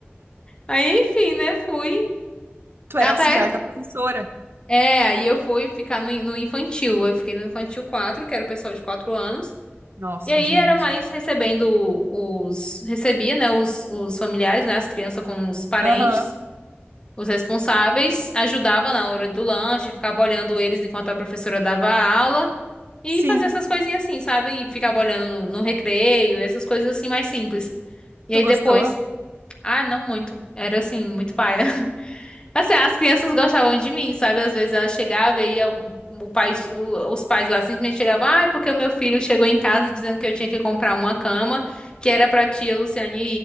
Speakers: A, on the left; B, on the right.
A: Aí, enfim, né, fui.
B: Tu
A: Até
B: era auxiliar da professora.
A: É, aí eu fui ficar no, no infantil. Eu fiquei no infantil 4, que era o pessoal de 4 anos.
B: Nossa,
A: E aí
B: gente.
A: era mais recebendo os. Recebia, né? Os, os familiares, né? As crianças com os parentes,
B: Aham.
A: os responsáveis. Ajudava na hora do lanche, ficava olhando eles enquanto a professora dava a aula. E
B: Sim.
A: fazia essas coisinhas assim, sabe? E ficava olhando no, no recreio, essas coisas assim mais simples. E
B: Tu
A: aí
B: gostou?
A: depois. Ah, não muito. Era assim, muito paia. Assim, as crianças gostavam de mim, sabe? Às vezes ela chegava e aí o, o pai, o- os pais lá simplesmente chegavam, ah, é porque o meu filho chegou em casa dizendo que eu tinha que comprar uma cama que era pra tia Luciane